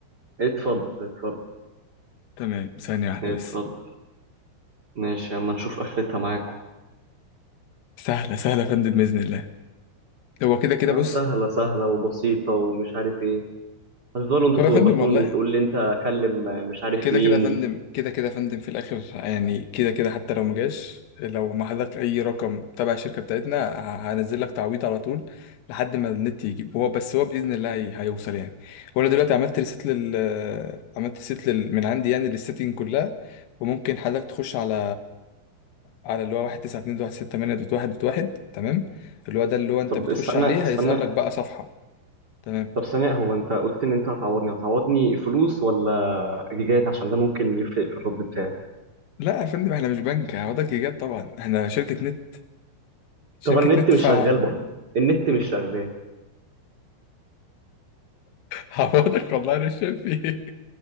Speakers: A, on the right; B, on the left.
A: اتفضل اتفضل
B: تمام ثانية واحدة
A: اتفضل
B: بس
A: ماشي أما نشوف آخرتها معاكم
B: سهلة سهلة يا فندم بإذن الله هو كده كده
A: آه
B: بص
A: سهلة سهلة وبسيطة ومش عارف ايه هتفضلوا انتوا
B: هو
A: توبخوني
B: يا فندم والله
A: تقول لي انت كلم مش عارف
B: كده
A: مين
B: كده يا فندم كده كده يا فندم في الآخر يعني كده كده حتى لو ما جاش لو ما حضرتك أي رقم تبع الشركة بتاعتنا ه- هنزل لك تعويض على طول لحد ما النت يجيب هو بس هو بإذن الله هي- هيوصل يعني وأنا دلوقتي عملت ريست لل عملت ريست لل... من عندي يعني للسيتنج كلها وممكن حضرتك تخش على على اللي هو واحد تسعة اتنين واحد ستة تمانية دوت واحد دوت واحد تمام اللي هو ده اللي هو أنت
A: طب
B: بتخش
A: استنى
B: عليه
A: استنى
B: هيظهر لك بقى صفحة تمام
A: طب ثانية هو انت قلت ان انت هتعوضني هتعوضني فلوس ولا جيجات عشان ده ممكن يفرق في الرد بتاعي
B: لا يا فندم احنا مش بنك هعوضك ايجار طبعا احنا شركة نت شركة
A: طب انا النت
B: نت
A: مش
B: ف
A: شغال
B: <laughs>
A: برضه النت مش شغال
B: هعوضك والله انا شايف ايه